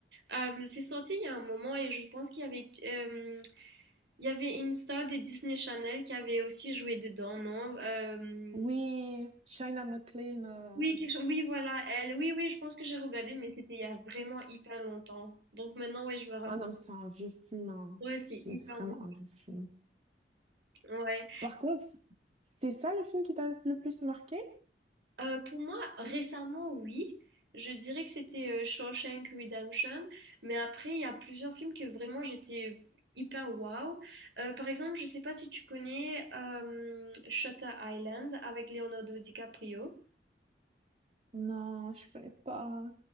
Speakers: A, on the right; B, on the right.
A: euh, c'est sorti il y a un moment et je pense qu'il y avait, euh, il y avait une star de Disney Channel qui avait aussi joué dedans, non? Euh,
B: Oui, Shaina McLean. euh,
A: oui, quelque chose, oui, voilà, elle. Oui, oui, je pense que j'ai regardé, mais c'était il y a vraiment hyper longtemps. Donc maintenant, oui, je me rappelle.
B: Ah non, mais c'est un vieux film, hein.
A: Ouais, c'est
B: C'est
A: hyper
B: vraiment
A: vieux.
B: un vieux film.
A: Ouais.
B: Par contre, c'est ça le film qui t'a le plus marqué?
A: Euh, pour moi, récemment, oui. Je dirais que c'était euh, Shawshank Redemption, mais après, il y a plusieurs films que vraiment j'étais hyper wow. Euh, par exemple, je sais pas si tu connais euh, Shutter Island avec Leonardo DiCaprio.
B: Non, je connais pas.